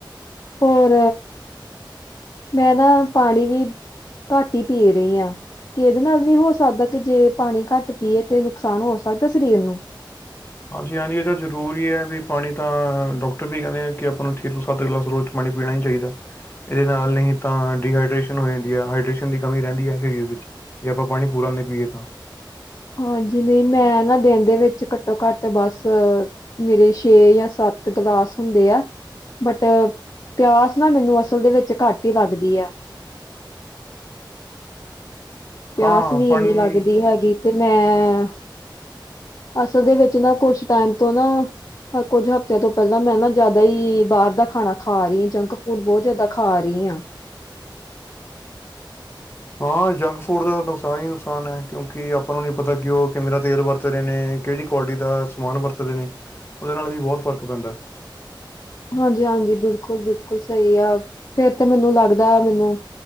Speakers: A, on the left; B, on the left.
A: ਹੋਰ ਮੈਂ ਨਾ ਪਾਣੀ ਵੀ ਘੱਟ ਈ ਪੀ ਰਹੀ ਆ। ਕਿਹਦੇ ਨਾਲ ਵੀ ਹੋ ਸਕਦਾ ਕਿ ਜੇ ਪਾਣੀ ਘੱਟ ਪੀਏ ਤੇ ਨੁਕਸਾਨ ਹੋ ਸਕਦਾ ਸਰੀਰ ਨੂੰ
B: ਹਾਂਜੀ -ਹਾਂਜੀ ਇਹਦਾ ਜ਼ਰੂਰੀ ਹੈ ਵੀ ਪਾਣੀ ਤਾਂ ਡਾਕਟਰ ਵੀ ਕਹਿੰਦੇ ਆ ਕਿ ਆਪਾਂ ਨੂੰ ਛੇ ਤੋ ਸੱਤ ਗਲਾਸ ਰੋਜ ਪ ਪੀਣਾ ਨਹੀਂ ਚਾਹੀਦਾ ਇਹਦੇ ਨਾਲ ਨਹੀਂ ਤਾਂ ਡੀਹਾਈਡਰੇਸ਼ਨ ਹੋ ਜਾਂਦੀ ਆ ਹਾਈਡਰੇਸ਼ਨ ਦੀ ਕਮੀ ਰਹਿੰਦੀ ਏ ਵਿ ਜੇ ਆਪਾਂ ਪਾਣੀ ਪੂੂਰਨ ਨਹੀਂ ਪੀਏ ਤਾਂ
A: ਹਾਂਜੀ ਨਹੀਂ ਮੈਂ ਨਾ ਦਿਨ ਦੇ ਵਿੱਚ ਘੱਟੋ ਘੱਟ ਬਸ ਮੇਰੇ ਛੇ ਜਾਂ ਸੱਤ ਤੇ ਗਲਾਸ ਹੁੰਦੇ ਆ। ਬਟ ਪਿਆਸ ਨਾ ਮੈਨੂੰ ਅਸਲ ਦੇ ਵਿੱਚ ਘੱਟ ਹੀ ਲੱਗਦੀ ਆ।
B: <inaudible>
A: ਪਿਆਸ
B: ਹਾਂ
A: ਨਹੀਂ
B: ਪਾਣੀ
A: ਇਨੀ ਲੱਗਦੀ ਹੈਗੀ ਤੇ ਮੈਂ ਅਸਲ ਦੇ ਵਿੱਚ ਨਾ ਕੁਝ ਟਾਈਮ ਤੋਂ ਨਾ ਕੁਝ ਹਫਤਿਆਂ ਤੋਂ ਪਹਿਲਾਂ ਮੈਂ ਨਾ ਜਿਆਦਾ ਹੀ ਬਾਹਰ ਦਾ ਖਾਣਾ ਖਾ ਰਹੀ ਜਾਂਕ ਫੂਡ ਬਹੁਤ ਜਿਆਦਾ ਖਾ ਰਹੀ। ਈਹਾਂ
B: ਹਾਂ ਯੰਗ ਫੂਡ ਦਾ ਨੁਕਸਾਨ ਹੀ ਨੁਕਸਾਨ ਹੈ ਕਿਉਂਕਿ ਆਪਾਂ ਨੂੰ ਨਹੀਂ ਪਤਾ ਕਿ ਉਹ ਕਿਵੇ ਦਾ ਤੇਲ ਵਰਤ ਰਹੇ ਨੇ। ਕਿਹੜੀ ਕੁਆਲਿਟੀ ਦਾ ਸਮਾਨ ਵਰਤਦੇ ਨੇ ਉਹਦੇ ਨਾਲ ਵੀ ਬਹੁਤ ਫਰਕ ਪੈਂਦਾ।
A: ਹਾਂਜੀ- ਹਾਂਜੀ ਬਿਲਕੁਲ ਬਿਲਕੁਲ ਸਹੀ ਆ ਫਿਰ ਤੇ ਮੈਨੂੰ ਲੱਗਦਾ ਮੈਨੂੰ